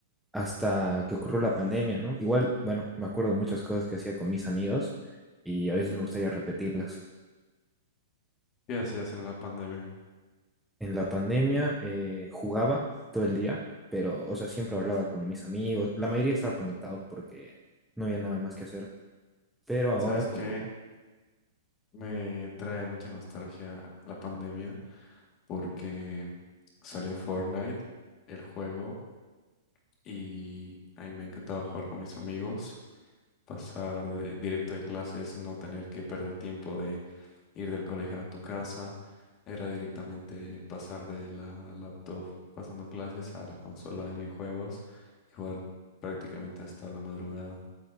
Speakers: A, in the centre; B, on the left.
A: hasta que ocurrió la pandemia, ¿no? Igual, bueno, me acuerdo de muchas cosas que hacía con mis amigos y a veces me gustaría repetirlas.
B: ¿Qué hacías en la pandemia?
A: En la pandemia eh, jugaba todo el día, pero, o sea, siempre hablaba con mis amigos. La mayoría estaba conectados porque no había nada más que hacer. Pero ahora
B: ¿Sabes
A: como,
B: qué? Me trae mucha nostalgia la pandemia porque salió Fortnite, el juego, y a mí me encantaba jugar con mis amigos, pasar de- directo de clases, no tener que perder tiempo ir del colegio a tu casa, era directamente pasar de la laptop pasando clases a la consola de videojuegos y jugar prácticamente hasta la madrugada.